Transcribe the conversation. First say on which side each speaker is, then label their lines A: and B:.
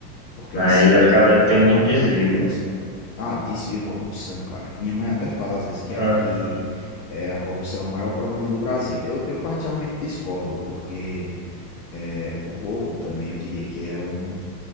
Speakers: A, on the left; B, on the left.
A: Porque
B: mas
A: assim, a
B: acaba,
A: gente
B: tem
A: arrecada
B: muito desvio,
A: tudo isso.
B: pô.
A: Ah, desvio, corrupção, cara. Minha mãe até fala às vezes que
B: Ah,
A: aqui é, a corrupção é o maior problema do Brasil. Eu, eu particularmente discordo, porque é, o povo também, eu diria que é um,